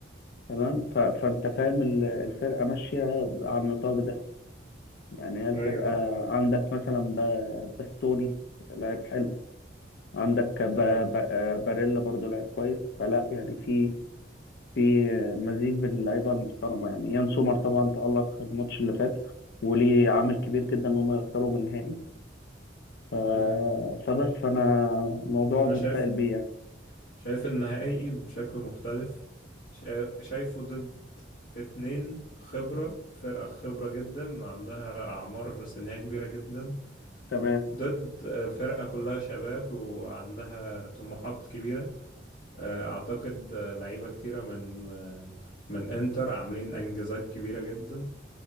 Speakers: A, on the left; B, on the left.
A: تمام ف... فانت فاهم ال- الفرقه ماشيه على النطاق ده يعني هي الفرقة
B: ايوه فاهم
A: عندك مثلا ب- باستوني لعيب حلو عندك ب...
B: امم
A: ب... آه، باريلا برضو لعيب كويس فلا يعني في في مزيج بين اللعيبة المحترمة يعني يان سومر طبعا تألق الماتش اللي فات وليه عامل كبير جدا إن هم يوصلوا من النهائي ف...
B: امم
A: فبس فأنا الموضوع
B: انا
A: متفائل
B: شايف
A: بيه يعني
B: شايف النهائي بشكل مختلف شا- شايفه ضد اتنين خبرة فرقة خبرة جدا وعندها أعمار سنية كبيرة جدا
A: تمام
B: ضد آه، فرقة كلها شباب وعندها طموحات كبيرة آه، أعتقد آه، لعيبة كتيرة من آه، من إنتر عاملين إنجازات كبيرة جدا